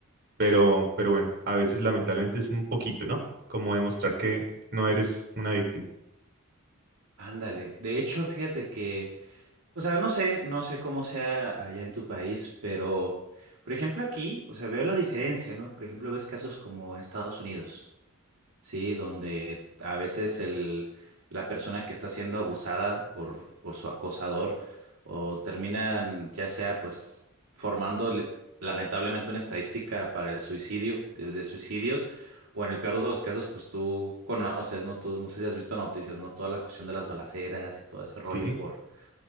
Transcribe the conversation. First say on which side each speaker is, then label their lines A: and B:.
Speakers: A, on the right; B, on the right.
A: pero, pero bueno, a veces lamentablemente es un poquito, ¿no? Como demostrar que no eres una víctima.
B: Ándale, de hecho, fíjate que... O sea, no sé, no sé cómo sea allá en tu país, pero, por ejemplo, aquí, o sea, veo la diferencia, ¿no? Por ejemplo, ves casos como en Estados Unidos, ¿sí? Donde a veces el, la persona que está siendo abusada por, por su acosador o terminan, ya sea, pues, formando le- lamentablemente una estadística para el suicidio, de, de suicidios, o en el peor de los casos, pues tú conoces, ¿no? Tú, no sé si has visto noticias, ¿no? Toda la cuestión de las balaceras y todo ese rollo
A: Sí.
B: por